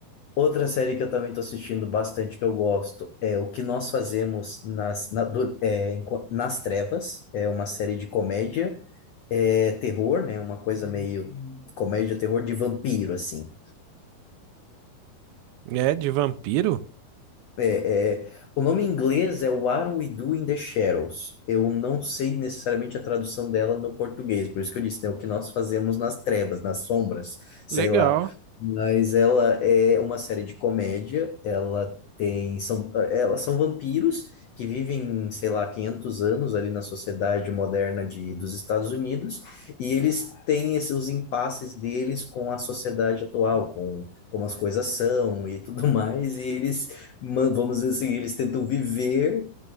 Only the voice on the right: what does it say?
É, de vampiro?
Legal.